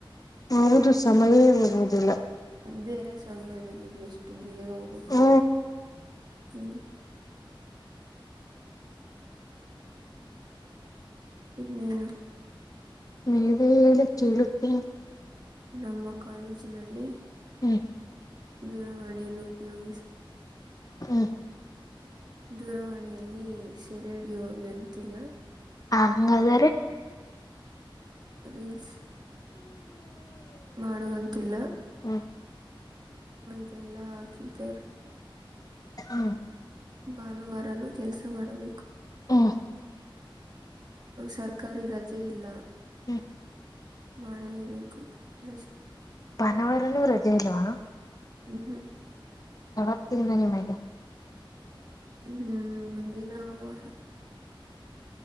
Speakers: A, on the left (about 45°); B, on the right (about 50°).
A: ಹೌದು ಸಮಯವೇ ಹೋಗುವದಿಲ್ಲ.
B: ಬೇರೆ ಸಮಯದಲ್ಲಿ ಬೆಷ್ಟು ಬೇಗ ಹೋಗುತ್ತೆ
A: ಓ
B: ಹ್ಮ್. ಇನ್ನೇನು.
A: ನಿವೇ ಹೇಳಿ ಕೇಳುತ್ತೇ.
B: ನಮ್ಮ ಕಾಲೇಜಿನಲ್ಲಿ.
A: ಹ್ಮ್
B: ದೂರವಾಣಿಯನ್ನು ಉಪಯೋಗಿಸುವಂತಿಲ್ಲ.
A: ಹಾ
B: ದೂರವಾಣಿಯಲ್ಲಿ ಸೆರೆಡಿಯೋ ಎಂತಿಲ್ಲ.
A: ಹಂಗಾದರೆ.
B: ರಿಲ್ಸ್ ಮಾಡುವಂತಿಲ್ಲ.
A: ಹ್ಮ್
B: ಇದೆಲ್ಲಾ ಹಾಕಿದ್ದಾರೆ.
A: ಹ್ಮ್
B: ಭಾನುವಾರನು ಕೆಲಸ ಮಾಡಬೇಕು.
A: ಹ್ಮ್
B: ಸರ್ಕಾರಿ ರಜೆ ಇಲ್ಲ
A: ಹ್ಮ್
B: ಮಾಡಲೇಬೇಕು ಕೆಲಸ.
A: ಭಾನವಾರನುೂ ರಜೆ ಇಲ್ವಾ.
B: ಹ್ಮ ಹ್ಮ.
A: <unintelligible> ವತ್ತಿಂದ ನಿಮಗೆ.
B: ಹ್ಮ್ ಮುಂದಿನ ವಾರ.